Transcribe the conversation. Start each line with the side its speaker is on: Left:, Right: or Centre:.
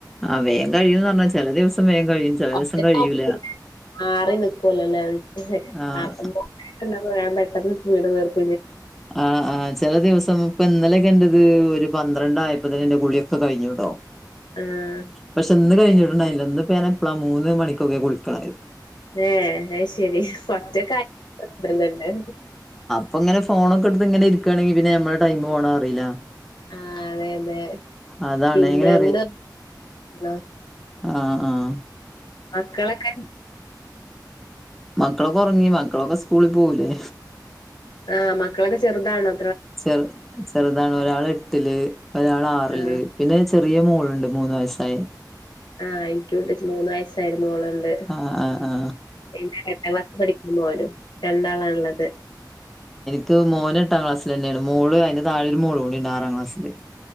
Centre: ആഹ് വേം കഴിയോന്നർഞ്ഞാ ചെലെ ദിവസം വേം കഴിയും ചെല
Left: <unintelligible>
Centre: ദിവസം കഴിയൂല.
Left: ആറിനിക്കല്ലൊലേ
Centre: ആഹ്
Left: ആക്കം പോലെ <unintelligible> വേം പെട്ടെന്ന് വീട് <unintelligible>
Centre: ആഹ് ആഹ് ച് ചെലെ ദിവസം പ്പം ഇന്നലെക്കെന്റെത് ഒരു പന്ത്രണ്ടായപ്പത്ത്‌ന് ഇന്റെ കുള്യൊക്കെ കഴിഞ്ഞ്ണ്‌ട്ടോ
Left: ആഹ്
Centre: പക്ഷെ ഇന്ന് കഴിഞ്ഞിട്ട്ണ്ടായില്ല ഇന്ന്പ്പ ഞാനെപ്പെളാ മൂന്ന് മണിക്കൊക്കെ കുളിക്ക്ണത്
Left: ഏഹ് അത്ശെരി ഒറ്റക്കായ ല്ലെല്ലേ
Centre: പ്പൊങ്ങെനെ ഫോണൊക്കെട്ത്ത് ങ്ങെനെ ഇരിക്കാണെങ്കി പിന്നെ ഞമ്മളെ ടൈമ് പോണെ അറീലാ
Left: ആഹ് അതെ അതെ
Centre: അതാണ്
Left: പിന്നെ
Centre: എങ്ങനെ
Left: ന്ന് ആഹ്
Centre: ആഹ് ആഹ്
Left: മക്കളൊക്കെ
Centre: മക്കളൊക്കെ ഒറെങ്ങി മക്കളൊക്കെ സ്കൂളി പോവൂലേ
Left: ആഹ് മക്കളൊക്കെ ചെറ്താണോ
Centre: ചെ ചെറ്താണ് ഒരാള് എട്ട്ല് ഒരാള് ആറ്ല്
Left: ആഹ്
Centre: പിന്നെ ചെറിയ മോള്ണ്ട് മൂന്ന് വയസ്സായെ
Left: ആഹ് എനിക്കുംഉണ്ട് മൂന്ന് വയസ്സായരു മോളുണ്ട്
Centre: ആ ആ ആ
Left: ന്നെ എട്ടാം ക്ലാസ് പടി മോനും രണ്ടാളാള്ളത്
Centre: ത് മോന് എട്ടാം ക്ലാസിലെന്നെയാണ് മോള് അയ്ന്റെ താഴൊരു മോള് കൂടിണ്ട് ആറാംക്ലസ്സില്